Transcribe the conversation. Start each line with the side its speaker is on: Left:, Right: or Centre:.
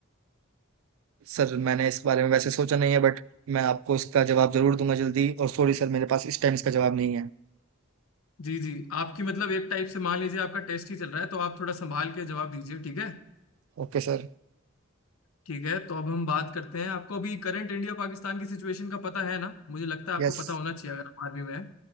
Right: सर मैंने इस बारे में वैसे सोचा नहीं है बट मैं आपको इसका जवाब जरूर दूंगा जल्दी और सॉरी सर मेरे पास इस टाइम इसका जवाब नहीं है
Left: जी जी आपकी मतलब एक टाइप से मान लीजिए आपका टेस्ट ही चल रहा है तो आप थोड़ा संभाल के जवाब दीजिए ठीक है
Right: Okay sir
Left: ठीक है तो अब हम बात करते हैं आपको अभी करंट इंडिया पाकिस्तान की सिचुएशन का पता है ना मुझे लगता है
Right: Yes
Left: आपको पता होना चाहिए अगर आप आर्मी में है